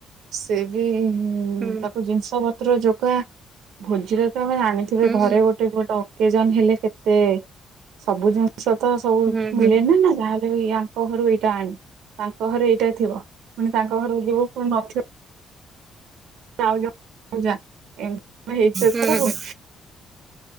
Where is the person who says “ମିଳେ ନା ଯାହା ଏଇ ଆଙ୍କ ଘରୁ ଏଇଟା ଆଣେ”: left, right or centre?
Right